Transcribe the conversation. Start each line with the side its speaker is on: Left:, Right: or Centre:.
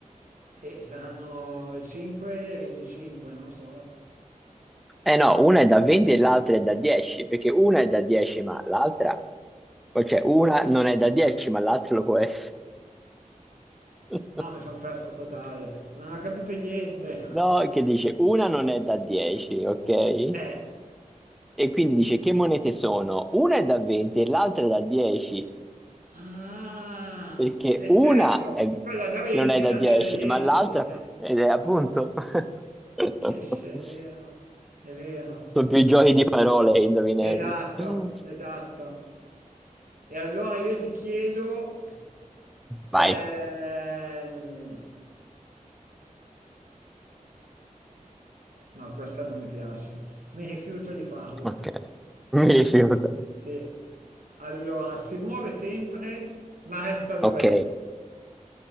Right: e saranno 5, 25, non so.
Centre: Eh no, una è da 20 e l'altra è da 10, perché una è da 10, ma l'altra, cioè una non è da 10, ma l'altra lo può essere. <laughs>
Right: No, mi sono perso totale, non ho capito niente.
Centre: No, che dice una non è da 10, ok?
Right: Eh.
Centre: E quindi dice che monete sono? Una è da 20 e l'altra è da 10.
Right: Ah,
Centre: perché
Right: è
Centre: una
Right: certo,
Centre: è-
Right: quella da 20
Centre: non è da
Right: non
Centre: 10,
Right: è da 10.
Centre: ma l'altra
Right: eh,
Centre: ed è appunto. <laughs>
Right: Che sce- è vero, è vero.
Centre: Sono più giochi di parole che indovinelli.
Right: Esatto,
Centre: <clears throat>
Right: esatto. E allora io ti chiedo,
Centre: Vai,
Right: ehm, no, questa non mi piace, mi rifiuto di farla.
Centre: ok. Mi rifiuto.
Right: Sì. Allora, si muove sempre, ma resta dov'è?
Centre: Ok,